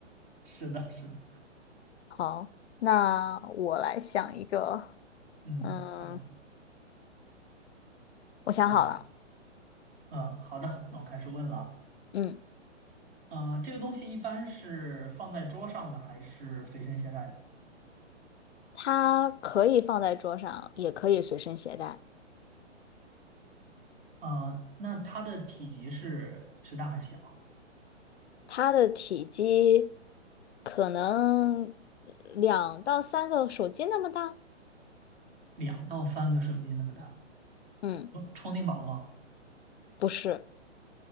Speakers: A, on the right; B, on the left.
A: 是的，是的，
B: 好，那我来想一个，
A: 嗯，
B: 嗯，
A: 好的，
B: 我想好了，
A: 嗯嗯，好的，那我开始问了
B: 嗯，
A: 啊，呃，这个东西一般是放在桌上的还是随身携带的？
B: 它可以放在桌上，也可以随身携带。
A: 啊，那它的体积是是大还是小啊
B: 它的体积可能两到三个手机那么大，
A: 两到三个手机那么大，
B: 嗯，
A: 充充电宝吗？
B: 不是，